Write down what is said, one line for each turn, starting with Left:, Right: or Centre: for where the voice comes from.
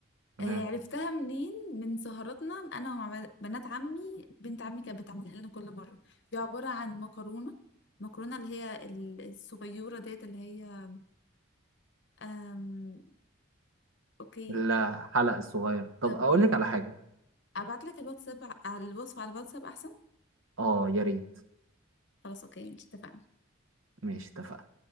Right: تمام
Left: آه، عرفتها منين من سهراتنا انا ومع ب- بنات عمي بنت عمي كانت بتعملها لنا كل مره دي عباره عن مكرونه مكرونه اللي هي ال- الصغيره ديت اللي هي أم... اوكي
Right: الحلق الصغير طب
Left: طب
Right: اقول لك على حاجة
Left: ابعت لك الواتساب ع- على الوصفه على الواتساب احسن
Right: اه يا ريت
Left: خلاص اوكي مش اتفقنا
Right: ماشي اتفقنا